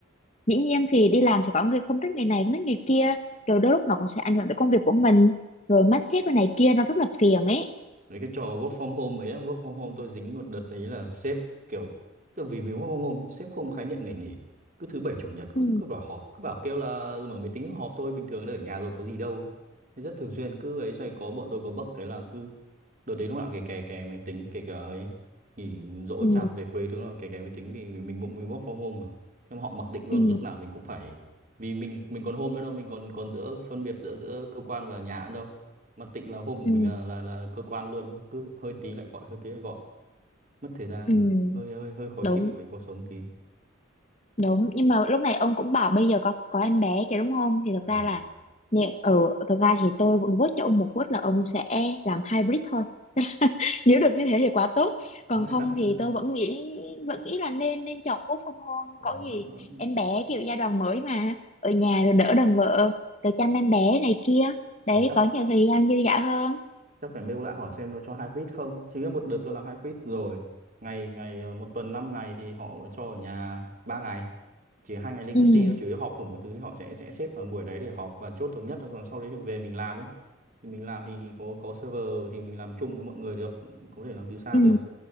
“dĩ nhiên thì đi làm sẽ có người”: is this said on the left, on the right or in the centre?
Left